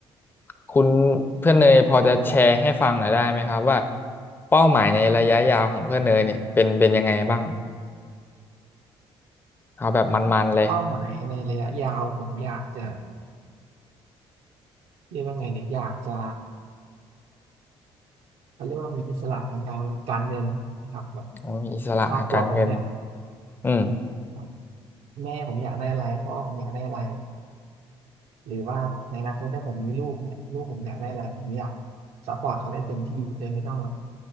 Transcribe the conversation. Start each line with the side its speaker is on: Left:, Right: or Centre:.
Left: คุณเพื่อนเนยพอจะแชร์ให้ฟังหน่อยได้ไหมครับว่าเป้าหมายในระยะยาวของเพื่อนเนยเนี่ยเป็นเป็นยังไงบ้างเอาแบบมันๆเลย
Right: เป้าหมายในระยะยาวผมอยากจะเรียกว่าไงเนี่ยอยากจะเขาเรียกว่ามีอิสระทางการการเงินนะครับแบบ
Left: โอ้ยอิสระทางการเงิน
Right: ครอบครัวผมเนี่ย
Left: อืม
Right: อ่ะแม่ผมอยากได้อะไรพ่อผมอยากได้อะไรหรือว่าในอนาคตถ้าผมมีลูกเนี่ยลูกผมอยากได้อะไรผมอยากซัพพอร์ตเขาได้เต็มที่โดยไม่ต้องแบบ